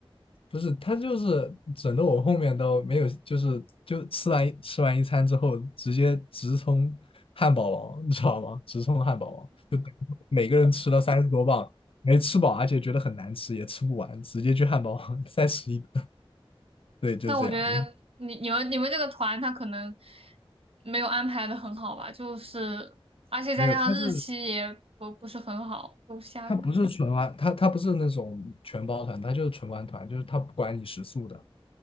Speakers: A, on the left (about 70°); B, on the right (about 75°).
A: 不是，他就是整的我后面都没有，就是就吃完一吃完一餐之后，直接直冲汉堡王，你知道吗？直冲汉堡王，就每个人吃了三十多磅，没吃饱，而且觉得很难吃，也吃不完，直接去汉堡王再吃一顿。<laughs> 对，就是这样。
B: 那我觉得你你们你们这个团他可能没有安排的很好吧，就是而且再加上日期也不不是很好，
A: 没有，他是
B: 都下雨。
A: 他不是纯玩，他他不是那种全包团，他就是纯玩团，就是他不管你食宿的，